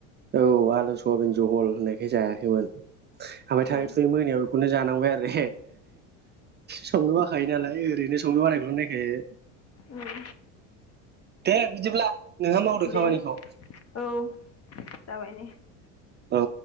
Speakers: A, on the right (about 30°); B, on the left (about 40°).
A: औ आलु स वाबिन जहल होननायखाय जायाखैमोन। ओमफ्राय थाङै
B: ए
A: थुङै मोनायाव बेखौनो जा नांबाय आरो। संनो बाखायो नालाय ओरैनो संनो बानायखौल' नायखायो।
B: उम।
A: दे बिदिब्ला। नोंहा मावदो खामानिखौ
B: दे औ जाबाय नै।
A: औ।